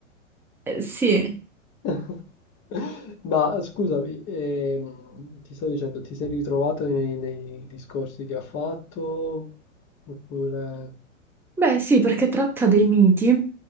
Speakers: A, in the centre; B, on the left.
A: Eh, sì,
B: <laughs> Ma scusami, ehm, ti sto dicendo, ti sei ritrovato nei, nei discorsi che ha fatto? Oppure...
A: Beh, sì, perché tratta dei miti